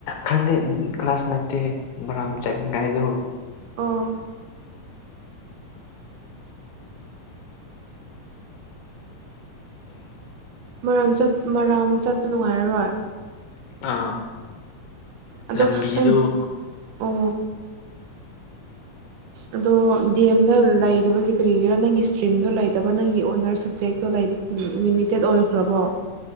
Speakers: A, on the left (about 70°); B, on the right (about 75°).
A: ꯈꯪꯗꯦ ꯀ꯭ꯂꯥꯁ ꯅꯠꯇꯦ ꯃꯔꯥ ꯆꯠꯅꯤꯡꯉꯥꯏꯗꯣ
B: ꯑꯣ ꯃꯔꯥꯝ ꯆꯠ ꯃꯔꯥꯝ ꯆꯠꯄ ꯅꯨꯡꯉꯥꯏꯔꯔꯣꯏ
A: ꯑꯥ
B: ꯑꯗꯣ
A: ꯂꯝꯕꯤꯗꯨꯣ
B: ꯅꯪ ꯑꯣ ꯑꯗꯣ ꯗꯤ ꯑꯦꯝꯗ ꯂꯩꯁꯦ ꯀꯔꯤꯒꯤꯔꯥ ꯅꯪꯒꯤ ꯏꯁꯇ꯭ꯔꯤꯝꯗꯣ ꯂꯩꯇꯕ ꯅꯪꯒꯤ ꯑꯣꯅꯔꯁ ꯁꯞꯖꯦꯛꯇꯣ ꯂꯩ ꯂꯤꯃꯤꯇꯦꯠ ꯑꯣꯏꯈ꯭ꯔꯕꯣ